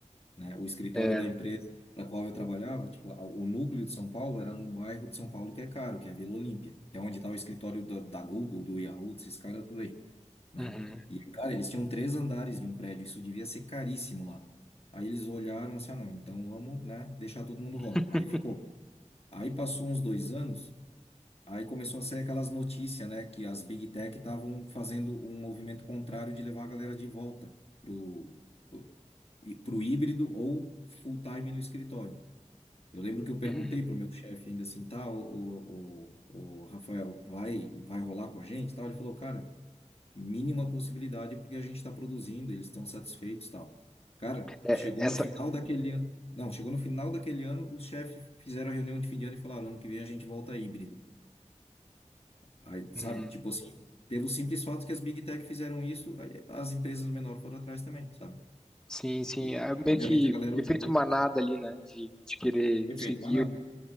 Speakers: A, on the left; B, in the centre.
A: né? O escritório
B: É,
A: da empresa na qual eu trabalhava, tipo, a- o núcleo de São Paulo era num bairro de São Paulo que é caro, que é a Vila Olímpia, que é onde está o escritório da, da Google, do Yahoo, desses caras tudo aí, né?
B: uhum,
A: E, cara, eles tinham três andares de um prédio, isso devia ser caríssimo lá. Aí eles olharam assim, ah, não, então vamos, né, deixar todo mundo
B: <laughs>
A: home. Aí ficou. Aí passou uns dois anos, Aí começou a sair aquelas notícias, né, que as Big Tech estavam fazendo um movimento contrário de levar a galera de volta pro, pro e- pro híbrido ou full time no escritório. Eu lembro que eu perguntei
B: uhum,
A: pro meu chefe ainda assim, tá, o, o, o, o Rafael, vai, vai rolar com a gente, e tal? Ele falou, cara, mínima possibilidade porque a gente está produzindo, eles estão satisfeitos, e tal. Cara,
B: é,
A: chegou
B: essa,
A: no final daquele ano, não, chegou no final daquele ano, os chefes fizeram a reunião de fim de ano e falaram, ano que vem a gente volta híbrido. Aí, sabe?
B: uhum.
A: Tipo assim, pelo simples fato que as Big Tech fizeram isso, aí as empresas menores foram atrás também, sabe?
B: sim, sim,
A: E,
B: é meio
A: obviamente,
B: que
A: a galera
B: efeito
A: odiou,
B: manada
A: enfim.
B: ali, né? De, de querer
A: Efeito
B: seguir.
A: manada.
B: o-